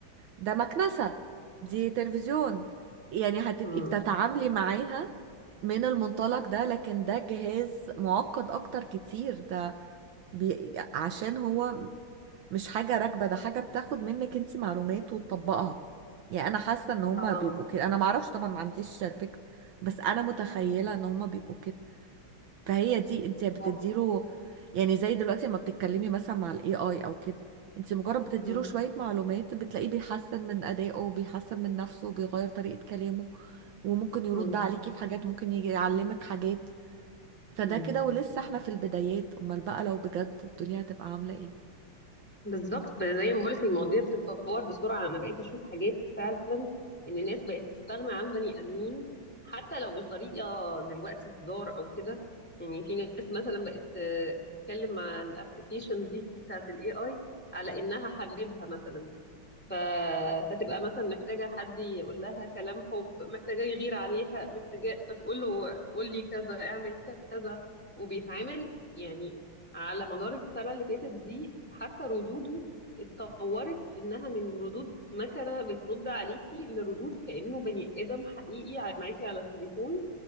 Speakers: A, on the right (about 70°); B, in the centre.
A: ده مكنسة دي تلفزيون يعني هتبقي
B: مم.
A: بتتعاملي معاها من المنطلق ده لكن ده جهاز معقد اكتر كتير ده بي... عشان هو مش حاجة راكبة ده حاجة بتاخد منك انت معلومات وتطبقها يعني انا حاسة ان هما
B: اه
A: بيبقوا كده انا معرفش طبعا ما عنديش الفكرة بس انا متخيلة ان هما بيبقوا كده فهي دي انت بتديله
B: هو-
A: يعني زي دلوقتي لما بتتكلمي مثلا مع الاي اي او كده انت مجرد بتديله
B: مم.
A: شوية معلومات بتلاقيه بيحسن من ادائه بيحسن من نفسه بيغير طريقة كلامه وممكن يرد
B: مم.
A: عليكي في حاجات ممكن يجي يعلمك حاجات فده
B: مم.
A: كده ولسه احنا في البدايات امال بقى لو بجد الدنيا هتبقى عاملة ايه
B: بالظبط ب- زي ما بقولك المواضيع بتتطور بسرعة أنا بقيت أشوف حاجات فعلا إن الناس بقت تستغنى عن بني آدمين حتى لو بطريقة دلوقتي هزار أو كده يعني في ناس مثلا بقت آه، تتكلم مع الابلكيشنز دي بتاعة ال AI على إنها حبيبها مثلا ف... فتبقى مثلا محتاجة حد يقول لها كلام حب محتاجة يغير عليها محتاجة فتقول له قول لي كذا اعمل كذا وبيتعامل يعني على مدار السنة اللي فاتت دي حتى ردوده اتطورت إنها من ردود مكنة بترد عليكي لردود كأنه بني آدم حقيقي ع- معاكي على التليفون